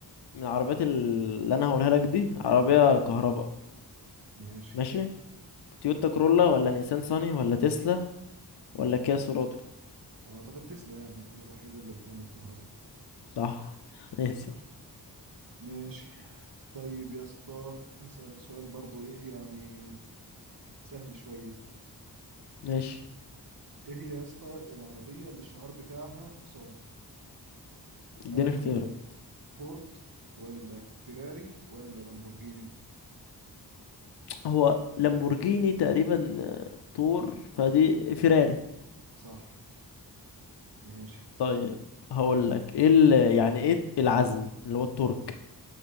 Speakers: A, on the left; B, on the right.
A: من العربيات اللي انا هقولها لك دي عربية كهرباء
B: ماشي
A: ماشي تويوتا كرولا ولا نيسان صاني ولا تسلا ولا كيا سوراتو
B: اعتقد تسلا يعني هي الوحيدة اللي بتعمل كهرباء
A: صح اسأل
B: ماشي طيب يا اسطى هسألك سؤال برضو ايه يعني سهل شوية
A: ماشي
B: ايه هي يا اسطى العربية اللي الشعار بتاعها حصان هل
A: اديني
B: هي
A: اختيارات
B: فورد ولا فيراري ولا لامبورجيني
A: هو لامبورجيني تقريبا آه، طور فدي فيراري
B: صح ماشي
A: طيب هقول لك ايه ال- يعني ايه العزم اللي هو التورك